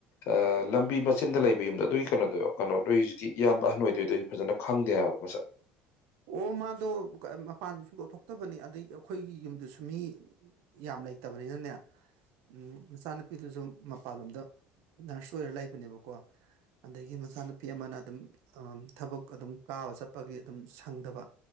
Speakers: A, on the left (about 50°); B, on the right (about 55°).
A: ꯑꯥ ꯂꯝꯕꯤ ꯃꯆꯤꯟꯗ ꯂꯩ ꯗꯨꯏ ꯌꯨꯝꯗ ꯑꯗꯨꯏ ꯀꯩꯅꯣꯗꯣ ꯀꯩꯅꯣꯗꯨꯏ ꯍꯧꯖꯤꯛꯀꯤ ꯏꯌꯥꯝꯕ ꯑꯍꯟ ꯑꯣꯏꯗꯣꯏꯗꯣꯏ ꯐꯖꯅ ꯈꯪꯗꯦ ꯍꯥꯏꯕ ꯃꯁꯛ
B: ꯑꯣ ꯃꯥꯗꯣ ꯃꯄꯥꯟ ꯁꯨꯡꯊꯣꯛ ꯊꯣꯛꯇꯕꯅꯤ ꯑꯗꯩ ꯑꯩꯈꯣꯏꯒꯤ ꯌꯨꯝꯗꯨꯁꯨ ꯃꯤ ꯌꯥꯝ ꯂꯩꯇꯕꯅꯤꯅꯅꯦ ꯎꯝ ꯃꯆꯥꯅꯨꯄꯤꯗꯨꯁꯨ ꯃꯄꯥꯟꯂꯣꯝꯗ ꯅꯔꯁ ꯑꯣꯏꯔ ꯂꯩꯕꯅꯦꯕꯀꯣ ꯑꯗꯒꯤ ꯃꯆꯥꯅꯨꯄꯤ ꯑꯃꯅ ꯑꯗꯨꯝ ꯑ ꯊꯕꯛ ꯑꯗꯨꯝ ꯀꯥꯕ ꯆꯠꯄꯒꯤ ꯑꯗꯨꯝ ꯐꯪꯗꯕ